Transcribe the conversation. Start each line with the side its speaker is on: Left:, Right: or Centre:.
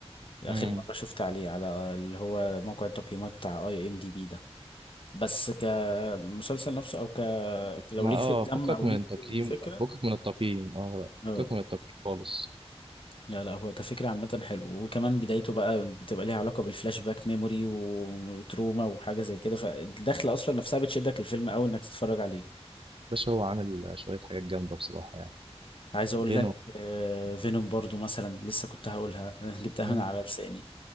Left: اخر
Right: امم
Left: مرة شفت عليه على اللي هو موقع التقييمات بتاع اي ام دي بي ده بس كمسلسل نفسه او ك لو
Right: ما
Left: ليك
Right: اه
Left: في الدم
Right: فكك
Left: او
Right: من
Left: ليك
Right: التقييم
Left: في الفكرة
Right: فكك من التقييم اه
Left: اه
Right: فكك من التقييم خالص
Left: لا لا هو كفكرة عامة حلو وكمان بدايته بقى بتبقى ليها علاقة بالفلاش باك ميموري وتروما وحاجة زي كده فالدخلة أصلا نفسها بتشدك للفيلم أوي إنك تتفرج عليه
Right: باشا هو عامل شويه حاجات جامده بصراحه يعني
Left: عايز اقول
Right: فينو
Left: لك آه، فينوم برضو مثلا لسه كنت هقولها <laughs> جبتها
Right: مم.
Left: من على لساني